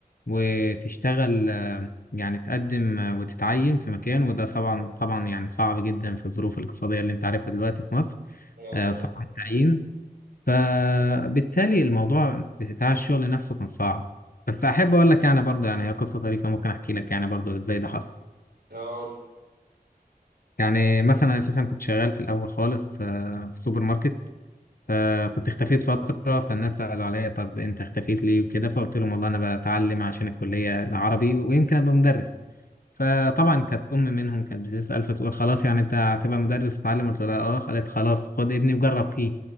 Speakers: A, on the left; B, on the right.
A: وتشتغل آه، يعني تقدم آه، وتتعين في مكان وده طبعا طبعا يعني صعب جدا في الظروف الاقتصادية اللي أنت عارفها دلوقتي في مصر
B: اه
A: آه،
B: طبعا
A: صعب التعيين فبالتالي الموضوع بتاع الشغل نفسه كان صعب بس احب اقول لك يعني برضه يعني هي قصه طريفه ممكن احكي لك يعني برضه ازاي ده حصل
B: اقول
A: يعني مثلا اساسا كنت شغال في الاول خالص آه، في سوبر ماركت فكنت اختفيت فتره فالناس سالوا عليا طب انت اختفيت ليه وكده فقلت لهم والله انا بتعلم عشان الكليه العربي ويمكن ابقى مدرس فطبعا كانت ام منهم كانت بتسال فتقول خلاص يعني انت هتبقى مدرس وتتعلم قلت لها اه قالت خلاص خد ابني وجرب فيه